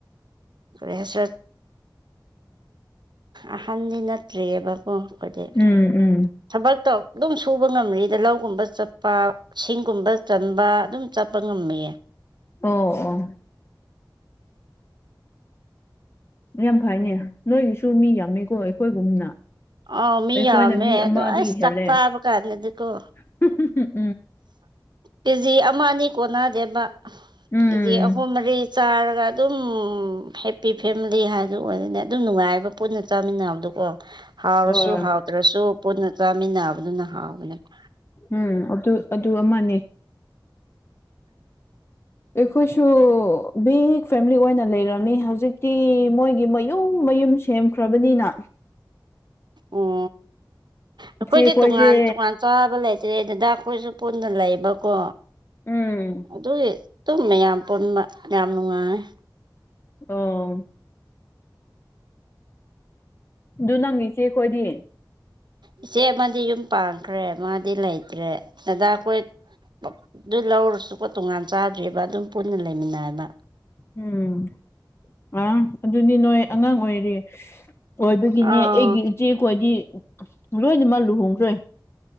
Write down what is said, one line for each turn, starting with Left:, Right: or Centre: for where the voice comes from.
Right: ꯀꯔꯤ ꯍꯥꯢꯁꯤꯔꯥ ꯑꯍꯥꯟꯗꯤ ꯅꯠꯇ꯭ꯔꯤꯌꯦꯕ ꯀꯣ <unintelligible>
Left: ꯎꯝ ꯎꯝ
Right: ꯊꯕꯛꯇꯣ ꯑꯗꯨꯝ ꯁꯨꯕ ꯉꯝꯔꯤꯗ ꯂꯧꯒꯨꯝꯕ ꯆꯠꯄ ꯁꯤꯡꯒꯨꯝꯕ ꯆꯟꯕ ꯑꯗꯨꯝ ꯆꯠꯄ ꯉꯝꯂꯤ
Left: ꯑꯣ ꯑꯣ ꯌꯥꯝ ꯐꯩꯅꯦ ꯅꯣꯏꯒꯤꯁꯨ ꯃꯤ ꯌꯥꯝꯃꯤꯀꯣ ꯑꯩꯈꯣꯏꯒꯨꯝꯅ
Right: ꯑꯥ ꯃꯤ
Left: ꯑꯩꯈꯣꯏꯅ
Right: ꯌꯥꯝꯃꯦ
Left: ꯃꯤ
Right: ꯑꯗꯨ
Left: ꯑꯃꯗꯒꯤ
Right: ꯑꯩꯁ
Left: ꯍꯦꯜꯂꯦ
Right: ꯆꯥꯛ ꯆꯥꯕ ꯒꯥꯟꯗꯗꯤꯒꯣ
Left: <unintelligible>
Right: ꯀꯦꯖꯤ ꯑꯃ ꯑꯅꯤ ꯀꯣꯟꯅꯗꯦꯕ
Left: ꯎꯝ
Right: ꯀꯦꯖꯤ ꯑꯍꯨꯝ ꯃꯔꯤ ꯆꯥꯔꯒ ꯑꯗꯨꯝ ꯍꯦꯞꯄꯤ ꯐꯦꯃꯤꯂꯤ ꯍꯥꯏꯗꯨ ꯑꯣꯏꯔꯗꯤ ꯑꯗꯨꯝ ꯅꯨꯡꯉꯥꯏꯕ ꯄꯨꯟꯅ ꯆꯥꯃꯤꯟꯅꯕꯗꯣ ꯒꯣ ꯍꯥꯎꯔꯁꯨ
Left: ꯍꯣꯏ
Right: ꯍꯥꯎꯗ꯭ꯔꯁꯨ ꯄꯨꯟꯅ ꯆꯥꯃꯤꯟꯅꯕꯗꯨꯅ ꯍꯥꯎꯕꯅꯦꯕ
Left: ꯎꯝ ꯑꯗꯨ ꯑꯗꯨ ꯑꯃꯅꯦ ꯑꯩꯈꯣꯏꯁꯨ ꯕꯤꯛ ꯐꯦꯃꯤꯂꯤ ꯑꯣꯏꯅ ꯂꯩꯔꯝꯃꯤ ꯍꯧꯖꯤꯛꯇꯤ ꯃꯣꯏꯒꯤ ꯃꯌꯨꯝ ꯃꯌꯨꯝ ꯁꯦꯝꯈ꯭ꯔꯕꯅꯤꯅ
Right: ꯑꯣ ꯑꯩꯈꯣꯏꯗꯤ
Left: ꯏꯆꯦꯈꯣꯏꯁꯦ
Right: ꯇꯣꯉꯥꯟ ꯇꯣꯉꯥꯟ ꯆꯥꯕ ꯂꯩ ꯇ꯭ꯔꯦꯗ ꯑꯗꯨꯗ ꯑꯩꯈꯣꯏꯁꯨ ꯄꯨꯟꯅ ꯂꯩꯕꯀꯣ
Left: ꯎꯝ
Right: ꯑꯗꯨꯒꯤ ꯑꯗꯨꯨꯝ ꯃꯌꯥꯝ ꯄꯨꯟꯕ ꯌꯥꯝ ꯅꯨꯡꯉꯥꯏ
Left: ꯑꯣ ꯑꯗꯨ ꯅꯪꯒꯤꯁꯦ ꯑꯩꯈꯣꯏꯗꯤ
Right: ꯏꯆꯦ ꯑꯃꯗꯤ ꯌꯨꯝ ꯄꯥꯟꯈ꯭ꯔꯦ ꯃꯥꯗꯤ ꯂꯩꯇ꯭ꯔꯦ ꯗꯗꯥ ꯑꯩꯈꯣꯏ ꯑꯗꯨ ꯂꯧꯔꯁꯨꯀꯣ ꯇꯣꯉꯥꯟ ꯆꯥꯗ꯭ꯦꯕ ꯑꯗꯨꯝ ꯄꯨꯟꯅ ꯂꯩꯃꯤꯟꯅꯕ
Left: ꯎꯝ ꯑ ꯑꯗꯨꯗꯤ ꯅꯣꯏ ꯑꯉꯥꯡ ꯑꯣꯏꯔꯤ ꯑꯣꯏꯕꯒꯤꯅꯦ
Right: ꯑꯥ
Left: ꯑꯩꯒꯤ ꯏꯆꯦ ꯈꯣꯏꯗꯤ ꯂꯣꯏꯅꯃꯛ ꯂꯨꯍꯣꯡꯈ꯭ꯔꯦ